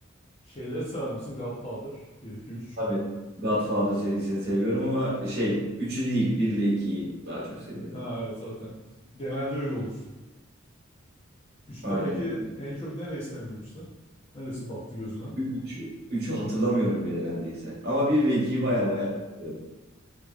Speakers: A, on the left (about 30°); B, on the right (about 50°).
A: Şeyleri sever misin? Godfather 1 2 3.
B: Tabii Godfather serisini seviyorum ama şey üçü değil 1 ile 2'yi daha çok seviyorum.
A: Ha evet zaten. Genelde öyle olur. Üçte
B: Aynen.
A: peki en çok nereyi sevmemiştin? Neresi battı gözüne?
B: Ü- üçü üçü hatırlamıyorum bile neredeyse. Ama bir ve ikiyi
A: Hmm.
B: baya baya hatırlıyorum.